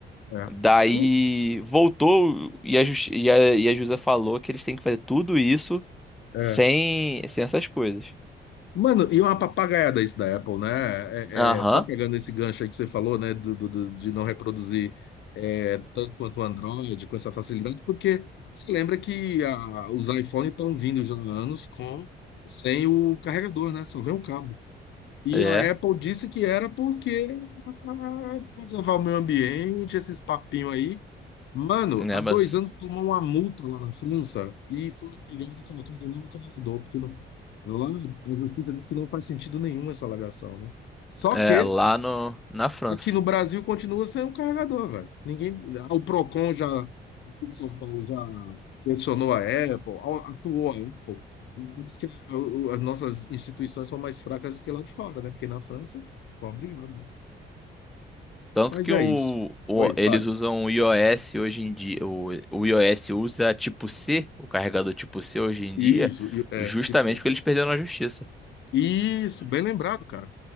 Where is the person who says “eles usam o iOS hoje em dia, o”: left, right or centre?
Centre